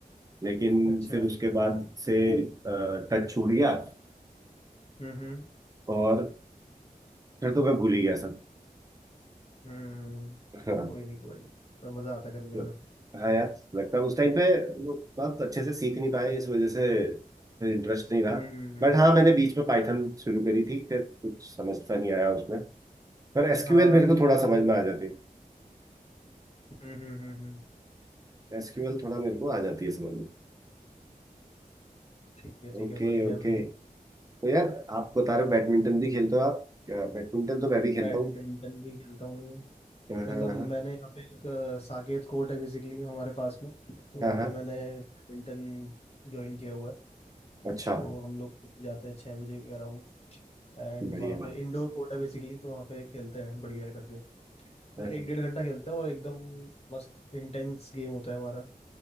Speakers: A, on the right; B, on the left.
A: लेकिन
B: अच्छा
A: फिर उसके बाद से टच छूट गया
B: हम्म हम्म
A: और फिर तो मैं भूल ही गया सब
B: हम्म
A: हाँ
B: कोई नहीं कोई नहीं पर मज़ा आता है करने
A: तो,
B: में
A: हाँ यार लगता है उस टाइम पे वो बहुत अच्छे से सीख नहीं पाए इस वजह से फिर इंटरेस्ट नहीं रहा
B: हम्म
A: बट हाँ मैंने बीच में पाइथन शुरू करी थी फिर कुछ समझता नहीं आया उसमें पर एसक्यूएल
B: हाँ
A: मेरे
B: मुझे
A: को थोड़ा
B: याद
A: समझ
B: है
A: में आ जाती है
B: हम्म हम्म हम्म हम्म,
A: एसक्यूएल थोड़ा मेरे को आ जाती है समझ में
B: ठीक है ठीक
A: Okay
B: है बढ़िया
A: okay
B: है भाई
A: तो यार आप बता रहे हो बैडमिंटन भी खेलते हो आप क्या बैडमिंटन तो मैं भी खेलता
B: बैडमिंटन
A: हूँ
B: भी खेलता हूँ
A: हाँ
B: मतलब
A: हाँ
B: मैंने यहाँ पे एक अ, साकेत कोर्ट है बेसिकली हमारे पास में तो वहाँ
A: हाँ हाँ,
B: पे
A: हाँ।
B: मैंने बैडमिंटन ज्वाइन किया हुआ है
A: अच्छा
B: तो हम लोग जाते हैं छः बजे के अराउंड एंड
A: बढ़िया
B: वहाँ पे इंडोर कोर्ट है बेसिकली तो वहाँ पे खेलते हैं बढ़िया करके
A: हाँ,
B: पूरा एक डेढ़ घंटा खेलते हैं और एकदम मस्त इंटेंस गेम होता है हमारा